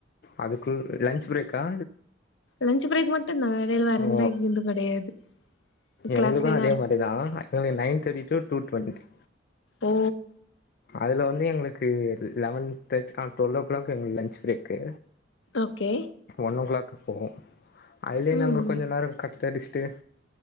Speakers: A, on the left; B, on the left.
A: அதுக்கு லன்ச் பிரேக்கா
B: லஞ்சு பிரேக் மட்டுந்தா எடைல வேறெந்த
A: ஓ
B: இது வந்து கெடையாது கிளாஸ்லயே
A: எங்களுக்கு
B: தா
A: அதே
B: இருக்
A: மாரிதா எங்குளுக் நைன் தேட்டிடூ டூ டுவெண்ட்டி த்ரீ
B: ஓ
A: அதுல வந்து எங்களுக்கு லவன் தெர்த் டொல்லோ கிளாக்கு எங்களுக் லன்ச்சு பிரேக்கு
B: ஓகே
A: ஒன் ஓ கிளாக்குக் போவோ அதுலயு
B: ம்
A: நாங்க கொஞ்ச நேரோ கட் அடிஸ்ட்டு